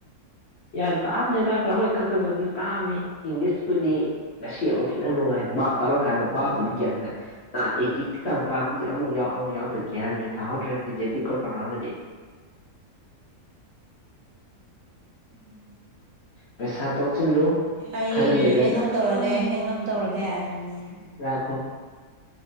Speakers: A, on the left; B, on the right.
A: ꯌꯥꯝ ꯇꯥꯛꯑꯝꯗꯦꯗ ꯇꯥ ꯍꯣꯏ ꯀꯛ ꯈꯥ ꯈꯥ ꯕꯨꯗꯤ ꯇꯥꯛꯑꯝꯃꯤ ꯏꯪꯂꯤꯁꯄꯨꯗꯤ ꯉꯁꯤ ꯑꯃꯨꯛ ꯈꯤꯇꯪ ꯅꯨꯡꯉꯥꯏ ꯕꯥꯞ ꯇꯥꯛꯂꯛꯀꯥꯟꯗ ꯕꯥꯞꯄꯨꯗꯤ ꯒ꯭ꯌꯥꯟ ꯇꯥꯏ ꯅꯍꯥꯟ ꯑꯦꯛꯖꯦꯛꯇꯤꯛ ꯀꯥꯡ ꯇꯥꯛꯄꯗꯤ ꯑꯃꯨꯛ ꯌꯥꯎ ꯑꯃꯨꯛ ꯌꯥꯎꯗ ꯒ꯭ꯌꯥꯟ ꯃꯦꯟ ꯇꯥꯍꯧꯗ꯭ꯔꯦ ꯑꯦꯛꯖꯦꯛꯇꯤꯕꯀꯥ ꯄ꯭ꯔꯅꯥꯎꯟꯒꯗꯤ
B: ꯎꯝ
A: ꯄꯩꯁꯥ ꯇꯨꯡꯁꯤꯜꯂꯨ
B: ꯑꯩ
A: ꯈꯔ ꯂꯩꯔꯒ
B: ꯍꯦꯡ ꯑꯞ ꯇꯧꯔꯒꯦ ꯍꯦꯡ ꯑꯞ ꯑꯞ ꯇꯧꯔꯒꯦ ꯂꯧꯁꯤꯟꯕ ꯉꯝꯗꯕ
A: ꯉꯥꯏꯈꯣ